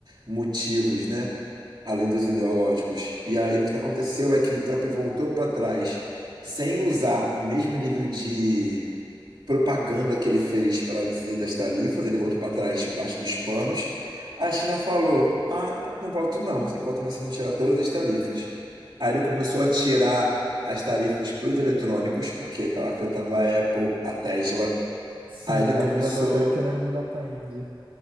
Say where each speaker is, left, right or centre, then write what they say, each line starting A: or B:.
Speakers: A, on the right; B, on the right.
A: motivos, né? Além dos ideológicos. E aí o que aconteceu é que o Trump voltou para trás sem usar o mesmo nível de propaganda que ele fez para dizer das tarifas, ele voltou para trás, debaixo dos panos. A China falou: Ah, não volto não, enquanto você não tirar todas as tarifas. Aí ele começou a tirar as tarifas para os eletrônicos, porque estava afetando a Apple, a Tesla.
B: Sim,
A: Aí ele
B: é,
A: começou,
B: já tô até querendo mudar pra Índia.